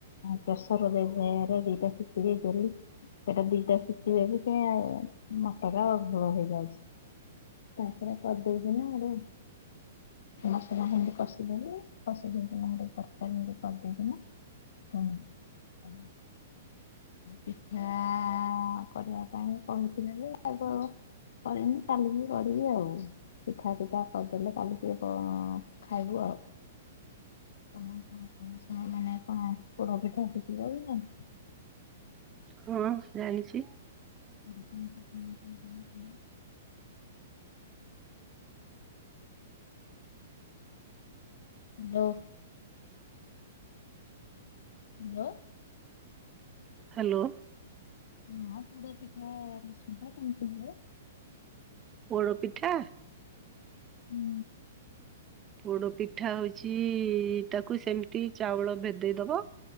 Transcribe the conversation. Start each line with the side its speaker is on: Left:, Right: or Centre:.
Left: ପ୍ରେସରରେ ଦେଇକି ଦିଟା ସି ସିଜେଇଦେଲି। ସେଇଟା ଦିଟା ଶିଟି ଦେବି ଯେ ଆଉ ମଟର ଭୋଳ ହେଇଯାଉଛି। ତାପରେ କରିଦେଇଛିି ନା ଆଉ ମସଲା ଏମତି କଷିଦେଲି କଷି ଦେଇକି ନା ଗୋଟେ ତରକାରୀ ଏମତି କରିଦେଇକିନା <unintelligible> ପିଠା- କରିବା ପାଇଁ କହିଥିଲେ ଯେ ଆଗ କରିନି କାଲିକି କରିବି ଆଉ। ପିଠା ପିଠା କରି ଦେଲେ କାଲିକି କଣ ଖାଇବୁ ଆଉ। ତମେ କଣ କଣ ଶୁଣ ମାନେ କଣ ପୋଡ ପିଠା ଶି ଖିଲ କି ନାଇଁ?
Right: ହଁ ଜାଣିଛି।
Left: <inaudible> ହ୍ୟାଲୋ। ହ୍ୟାଲୋ?
Right: ହ୍ୟାଲୋ।
Left: ହଁ ପୋଡ ପିଠା ମିଶୁନି କେମିତି ହୁଏ?
Right: ପୋଡ ପିଠା?
Left: ହୁଁ।
Right: ବଡ ପିଠା ହଉଛି ତାକୁ ସେମିତି ଚାଉଳ ଭେଦେଇ ଦବ।